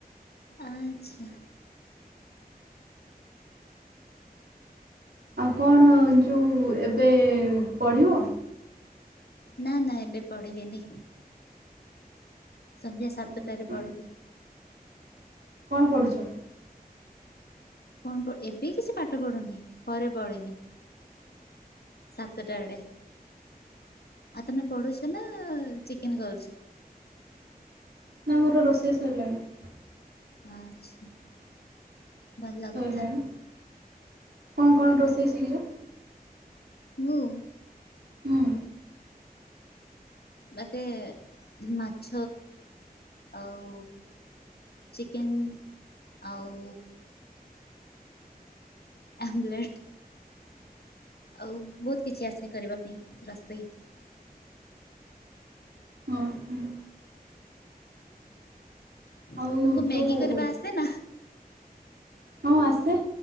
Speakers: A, on the left (about 85°); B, on the right (about 80°).
A: ଆଛା।
B: ଆଉ କଣ ଯେଉଁ ଏବେ ପଢ଼ିବ।
A: ନା ନା ଏବେ ପଢିବିନି। ସନ୍ଧ୍ୟା ସାତଟାରେ
B: ଓହୋ
A: ପଳିବି।
B: କଣ ପଢ଼ୁଚ?
A: କଣ ପ ଏବେ କିଛି ପାଠ ପଢୁନି ପରେ ପଳେଇବି। ସାତଟା ଆଡେ ଆ ତମେ ପଢୁଛ ନା ଚିକେନ କରୁଛ।
B: ନାଁ ମୋର ରୋଷେଇ ସରିଲାଣି।
A: ଆଛା ଭଲ
B: ସରିଲାଣି।
A: କଥା।
B: କଣ କଣ ରୋଷେଇ ସିକିଚ?
A: ମୁଁ
B: ହୁଁ
A: ଭାତେ ମାଛ ଆଉ ଚିକେନ୍ ଆଉ ଆ ଲେଟ୍ ଆଉ ବହୁତ କିଛି ଆସେ କରିବା ପାଇଁ ରୋଷେଇ।
B: ହଁ ହୁଁ
A: ତମକୁ
B: ଆଉ ଯୋଉ
A: ମ୍ୟାଗି କରିବା ଆସେନା।
B: ହଁ ଆସେ